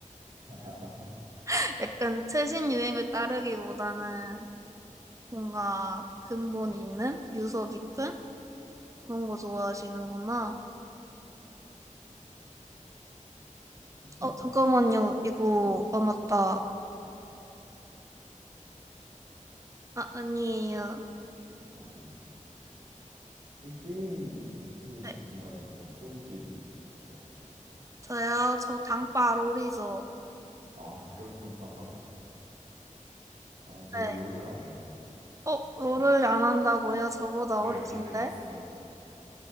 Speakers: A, on the right (about 80°); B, on the right (about 25°).
A: <laughs>
B: <laughs> 약간 최신 유행을 따르기보다는 뭔가 근본
A: 음,
B: 있는 유서 깊은 그런 거 좋아하시는구나.
A: 네. 혹시,
B: 어, 잠깐만요. 이거
A: 네.
B: 아 맞다. 아, 아니에요.
A: 아, 네. 혹시 게임 유튜브도
B: 네,
A: 보신다 그랬는데 어떤 게임 좋아하세요?
B: 저요. 저 당빠 롤이죠.
A: 아, 그렇구나. <laughs> 아, 제가
B: 네.
A: 롤을 안 해요.
B: 어, 롤을 안 한다고요? 저보다
A: 네,
B: 어리신데?
A: 안 해봤어요.